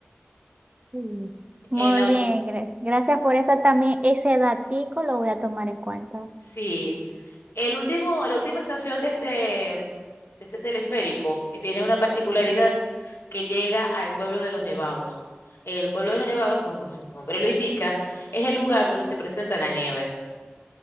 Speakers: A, on the right; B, on the left.
A: Mm. Muy
B: En la,
A: bien, gra- gracias por eso también. Ese datico lo voy a tomar en cuenta.
B: Sí. El último, la última estación de este, de este teleférico eh, tiene una particularidad que llega al pueblo de los Nevados. El pueblo de los Nevados, como su nombre lo indica, es el lugar donde se presenta la nieve.